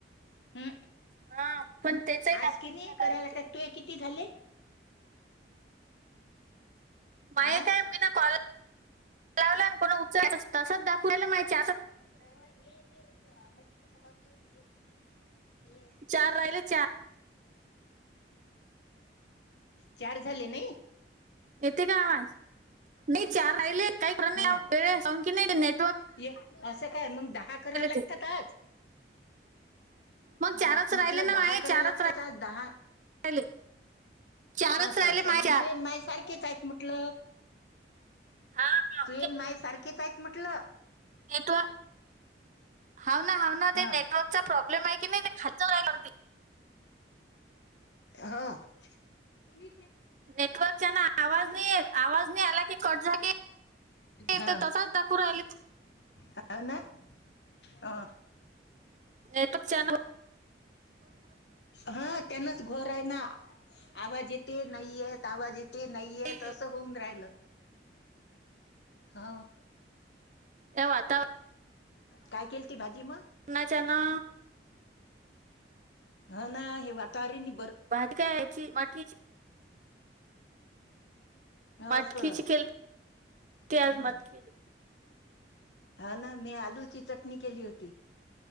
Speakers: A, on the left; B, on the right.
A: ह
B: हा पण त्याचाही
A: आज
B: लागून
A: कि
B: गेला
A: नी करायला
B: वाटतं.
A: काय तुये किती झाले.
B: माही
A: आ
B: काय मी ना कॉल लावला कोणा उ तसच दाखवायला मा च.
A: अ हे आ स. <inaudible>
B: चार राहिले चार
A: चार झाले नाही.
B: येथ का आवाज नाहीचार राहिले काही
A: हा
B: बळे संख न नेट
A: ये असं काय मग दहा करा लागतातच.
B: ते मग
A: ह
B: चारच
A: म्हटलं
B: राहिले ना
A: दहा
B: माये
A: करा
B: चारच
A: लागतात आज दहा.
B: राहिले चारच
A: अस
B: राहिले माये
A: मग
B: चार
A: तु माझ स च आहेत म्हटल
B: हा हा
A: तु नाही सारखेच आहेत म्हटलं.
B: नेव ह ना ह ना
A: हा
B: नेटवर्कचा प्रब् आपली माहिती नाही ते खाच रायला.
A: हा. ब
B: नेटवर्कचा ना आवाज नाही येत आवाज नाही आला की कट झाला की
A: हा.
B: ते तसाच दाखवू राहिले
A: ह नाय हा.
B: एकचा <inaudible>
A: हा त्यांनाच घर आहे ना आवाज येते. नाहीयेत आवाज यथे नाहीयेत
B: काही
A: असं होऊन राहिलं. हा.
B: ह्या वाता
A: काय केलती भाजी? मग
B: करना च ना.
A: हा ना हे वातवारी नि.
B: भात काय याची माठीची. मटकीची
A: असं
B: केल आज
A: हम्म
B: मटकीली.
A: हा ना मी आलूची चटणी केली होती.